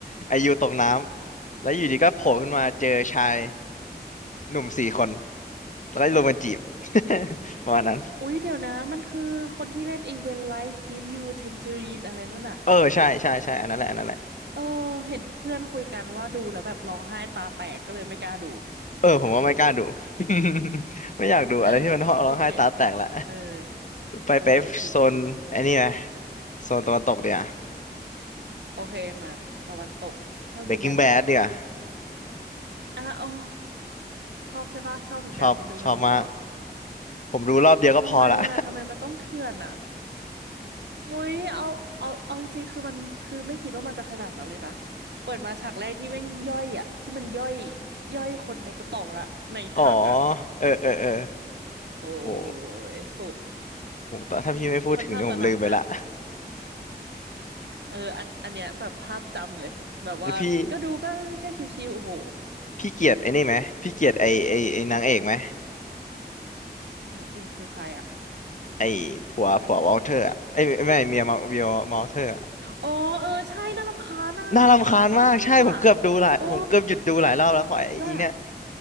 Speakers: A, on the left; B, on the right.
A: ไอายูตกน้ำแล้วอยู่ดีก็โผล่ขึ้นมาเจอชายหนุ่มสี่คน แล้วก็รุมมันจีบ <laughs> ประมาณนั้น
B: อุ๊ยเดี๋ยวนะมันคือคนที่เล่นไอีเวนไลฟ์กิฟยูเทน g จ r ร n นอะไรนั่นอะ
A: เออใช่ใช่ใช่อันนั้นแหละอันนั้นแหละ
B: เออเห็นเพื่อนคุยกันว่าดูแล้วแบบร้องไห้ตาแตกก็เลยไม่กล้าดู <laughs>
A: เออผมว่าไม่กล้าดู <laughs> ไม่อยากดูอะไรที่มันร้องร้องไห้ตาแตกละ
B: อืม <laughs> โอเคเออ
A: ไปไปโซนไอ้นี่ไหม
B: เออจริงจริงใช่
A: โซนตะวันตกเดียว
B: โอเคมาตะวันตกชอบดูแนวไหนจ๊ะ
A: Breaking Bad เดียว
B: อ่ะอ๋อชอบใช่ปะชอบเหมือนกันดูไปสองรอบ
A: ชอบชอบมากผมดูรอบเดียวก็พอละ
B: ทำไมอ่ะทำไมมันต้องเถื่อนอ่ะ มุ้ยเอาเอาเอาจริงๆคือมันคือไม่คิดว่ามันจะขนาดนั้นเลยนะเปิดมาฉากแรกที่แม่งย่อยอ่ะที่มันย่อยย่อยคนในกระป๋องอ่ะในถังอ่ะ
A: <laughs> อ๋อเออเออเออ
B: โอ้
A: โอ้
B: ยสุด
A: โหแต่ถ้าพี่ไม่พูดถึงเนี่ยผมลืมไปละ
B: ค่อนข้างตระหนักนะเอออันอันเนี้ยแบบภาพจำเลยแบบว่าก็ดูก็แค่ชิวๆโอ้โห
A: <laughs> แล้วพี่พี่เกลียดไอ้นี่ไหมพี่เกลียดไอ้ไอ้ไอ้นางเอกไหม
B: นางเอกคือใครอ่ะ
A: ไอ้ผัวผัววอลเทอร์อะไอ้ยไม่ไม่เมียมาเมียมอลเทอร์อะ
B: อ๋อเออใช่น่ารำคาญอ่ะ
A: น่ารำคาญมากใช่ผมเกือบดูหลายผมเกือบหยุดดูหลายรอบแล้วเพราะไอ้อีเนี่ย
B: ไม่ชอบอ่ะโอ้น่า